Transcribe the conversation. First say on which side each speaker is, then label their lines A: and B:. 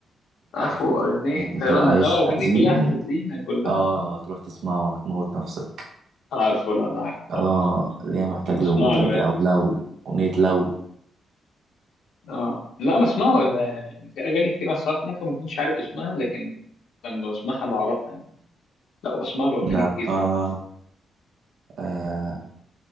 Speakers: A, on the left; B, on the right.
A: عارفه
B: عارف
A: اغنية
B: يعني
A: تقريبا
B: انت لو عايز
A: هو
B: حزين
A: اغانيه كلها حزينة كلها
B: اه
A: اه
B: تروح تسمعه هتموت نفسك
A: عارفه لا ده عارفه
B: اه
A: طبعا
B: ليه محتاج
A: بسمع
B: لوجودك
A: له
B: دي
A: يعني
B: او لو اغنية لو
A: اه لا بسمعه ده يعني في اغاني كتير الصراحة ممكن ما اكونش عارف اسمها لكن لما بسمعها بعرفها يعني لا بسمع له
B: لا
A: اغاني كتير
B: اه, آه.